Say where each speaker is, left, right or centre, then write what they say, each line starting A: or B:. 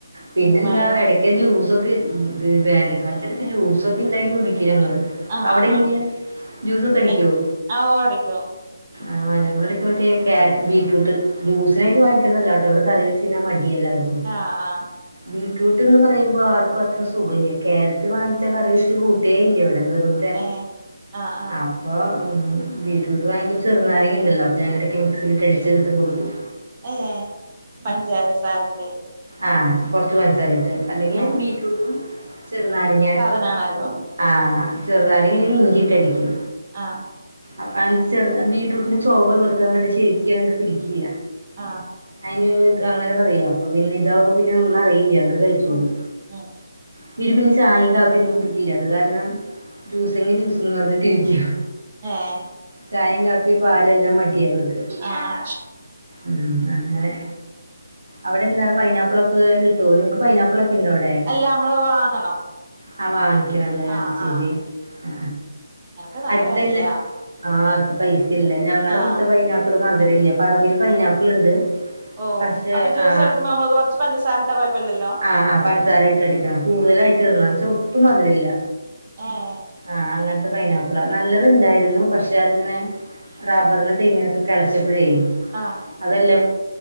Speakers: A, on the right; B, on the right.
A: പിന്നെന്താ
B: ഇനി മഴ
A: എടക്ക് ക്കെ ജൂസൊക്കെ വേനൽക്കാലത്തടെക്കെ ജ്യൂസൊക്കെ ഇണ്ടാക്കി കുടിക്കും ഞങ്ങള്
B: ആഹ്
A: അവിടെങ്ങനെയാ
B: ആഹ്
A: ജ്യൂസൊക്കെ അടിക്കുവോ
B: എ ആ ഓ അരക്കും
A: ആഹ് ഞങ്ങളെടക്ക് മറ്റേ കാര ബീറ്റ്റൂട്ട് ജ്യൂസിനായിട്ട് വാങ്ങിക്ക ല്ലട്ടോ ഇവിടെ കറി വെച്ചിന്നാൻ മടി എല്ലാർക്കും
B: ആഹ ആഹ
A: ബീറ്റ്റൂട്ട്ന്ന് പറയുമ്പോൾ ആർക്കും അത്ര സുഖല്ല കാരറ്റ് വാങ്ങിച്ച കറി വെച്ച് കൂട്ടേ ഇല്ല ഇവിടെ വെറു തെ
B: ഏഹ് ആഹ് ആഹ്
A: അപ്പൊ ബീറ്റ്റൂട്ട് വാങ്ങിക്കുമ്പ ചെറുനാരങ്ങ ഇണ്ടല്ലോ അ ഞാനിടയ്ക്ക് മിക്സിയിലിട്ട് അടിച് ഇത് കൊടുക്കും
B: ഏ പഞ്ചാര സാരൊക്കെ
A: ആഹ കൊർച്ച് പൻസാരട്ട് അല്ലെങ്കിൽ
B: ആഹ്
A: ബീറ്റ്റൂട്ടും ചെറുനാരങ്ങ
B: ആണല്ലോ
A: ആ ചെറുനാരങ്ങ ഇല്ലെങ്കി ഇഞ്ചിട്ടടിക്കും
B: ആഹ
A: അപ്പ അൽ ചെർ ബീട്രൂട്ടിന്റെ ചൊവ ഇവര്ക്കാ അങ്ങട് ശരിക്കും അങ്ങട്ട് പിടിക്കില്ല
B: ആഹ
A: അയിന് അങ്ങനെ പറയാ അപ്പൊ പിന്നെ ഇതാവുമ്പോ പിന്നെ ഒന്നും അറിയില്ല അങ്ങട് കഴിച്ചോളും
B: ഉം ഉം
A: ഇവരു പിന്നെ ചായയും കാപ്പിയൊന്നും കുടിക്കില്ല അത് കാരണം ജൂസെങ്ങെ ജ്യൂസ്ന്ന് പറഞ്ഞിട്ടിരിക്കും
B: ഏഹ്
A: ചായിം കാപ്പിം പാലെല്ലാം മടിയ ഇവർക്ക്
B: ആഹ ആഹ
A: ഉ അങ്ങനെ അവിടെ എന്താ പൈനാപ്പിളൊക്കെ കിട്ടോ നിങ്ങൾക്ക് പൈനാപ്പിളൊക്കെ ഇണ്ടോ അവ് ടെ
B: അല്ല നമ്മള് വാങ്ങണം
A: ആ വാങ്ങിക്കണല്ലേ
B: ആഹ്
A: അത് ശരി
B: ആഹ്
A: ആ
B: എനക്ക് നല്ല
A: അടുത്തന്നെ
B: വെലയാ
A: ആ ഇപ്പ പൈസ ഇല്ല ഞങ്ങളുടെ
B: ആഹ്
A: ഇവ്ടുത്തെ പൈനാ പ്പ്ള് മധുരല്ല പറമ്പിൽ പൈനാപ്പിൾ ഇണ്ട്
B: ഓ
A: പക്ഷേ
B: അപ്പൊ ജ്യൂസ്
A: ആഹ
B: അടിക്കുമ്പോ നമ്മള് കൊറച്ച് പഞ്ചസാരട്ടാ കൊഴപ്പല്ലല്ലോ
A: ആ ആ പഞ്ചസാര ഇട്ടടിക്ക- ആ കൂടുതലായിട്ട്ടണം ന്നച്ച ഒട്ടും മധുരില്ല
B: അഹ
A: ആഹ അങ്ങനത്തെ പൈനാപ്പിളാ നല്ലത്ണ്ടായിരുന്നു പക്ഷെ അതിങ്ങനെ- റബ്ബറിനും, തേങ്ങിനൊക്കെ കെളച്ചപ്പഴേ-
B: ആഹാ.
A: അതെല്ലാം